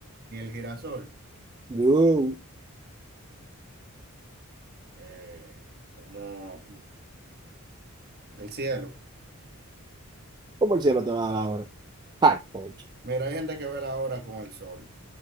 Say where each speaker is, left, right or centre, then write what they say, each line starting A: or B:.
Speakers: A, on the right (about 45°); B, on the right (about 20°).
A: ni el girasol.
B: no.
A: Eh, como el cielo.
B: ¿Cómo el cielo te va a dar la hora? Ay, concha.
A: Mira, hay gente que ve la hora con el sol,